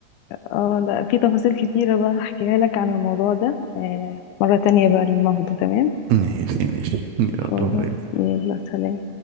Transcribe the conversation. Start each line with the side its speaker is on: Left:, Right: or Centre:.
Left: اه لا في تفاصيل كتيره بقى احكيها لك عن الموضوع ده آه مره تانية بقى لما افضى تمام
Right: ماشي ماشي يلا
Left: خلاص
Right: باي
Left: يلا سلام